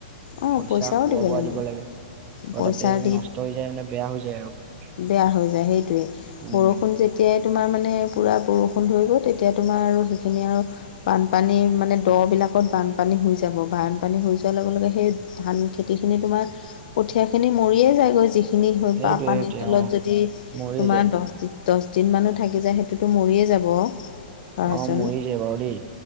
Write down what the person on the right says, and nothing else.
পইচা
খোৱা বোৱা
দিব লাগে আৰু
তাতে যদি
নষ্ট হৈ যায় মানে বেয়া হৈ যায় আৰু মানে।
উম
সেইটোৱে
সেইটোৱে
অ
মৰিয়ে
যায়
অ মৰি যায় বাৰু দেই